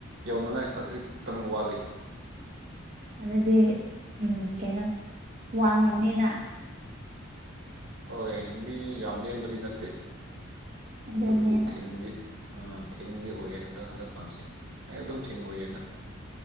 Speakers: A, on the right; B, on the right.
A: ꯌꯧꯅꯉꯥꯏ ꯈꯖꯤꯛꯇꯪ ꯋꯥꯠꯂꯤ
B: ꯑꯗꯨꯗꯤ ꯎꯝ ꯀꯩꯅꯣ ꯋꯥꯡꯉꯅꯤꯅ
A: ꯍꯣꯏ ꯃꯤ ꯌꯥꯝ ꯅꯦꯝꯕꯗꯤ ꯅꯠꯇꯦ
B: ꯑꯗꯨꯅꯦꯕ
A: ꯑꯗꯨꯕꯨ ꯊꯤꯟꯗꯤ ꯊꯤꯟꯗꯤ ꯑꯣꯏꯌꯦ ꯍꯟꯗꯛ ꯍꯟꯗꯛꯀꯥꯟꯁꯦ ꯑꯩ ꯑꯗꯨꯝ ꯊꯤꯟ ꯑꯣꯏꯌꯦꯅ